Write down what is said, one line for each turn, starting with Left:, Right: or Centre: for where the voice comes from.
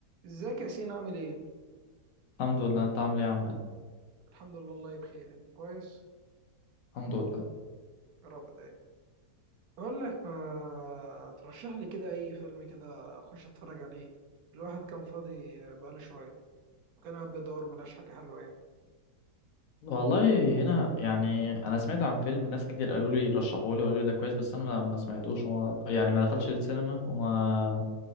Right: ازيك يا سين عامل ايه؟
Left: الحمد لله انت عامل ايه يا عماد
Right: الحمد لله والله بخير انت كويس؟
Left: الحمد لله
Right: يا رب دايما بقول لك ما ترشح لي كده اي فيلم كده اخش اتفرج عليه الواحد كان فاضي بقاله شوية وكان قاعد بيدور ملاش حاجة حلوة يعني
Left: والله هنا يعني انا سمعت عن فيلم ناس كتير قالوا لي رشحوا لي وقالوا لي ده كويس بس انا ما ما سمعتوش وما يعني ما دخلش السينما وما